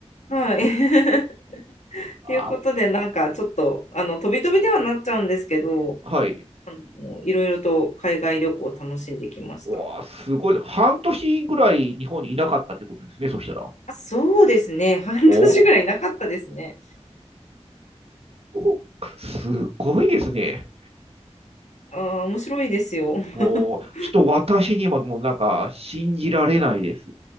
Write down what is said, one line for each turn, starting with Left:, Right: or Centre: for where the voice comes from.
Left: はい。<laughs> っていうことで、
Right: あ。<laughs> あー
Left: なんかちょっと、あの、飛び飛びではなっちゃうんですけど、
Right: はい。
Left: あの、いろいろと海外旅行を楽しんできました。
Right: うわあ、すごい。半年ぐらい日本にいなかったってことですね、そしたら。
Left: そうですね。<laughs> 半年ぐらいなかったですね。
Right: おーお、すごいですね。
Left: ああ、面白いですよ。<laughs>
Right: もう、ちょっと私にももうなんか信じられないです。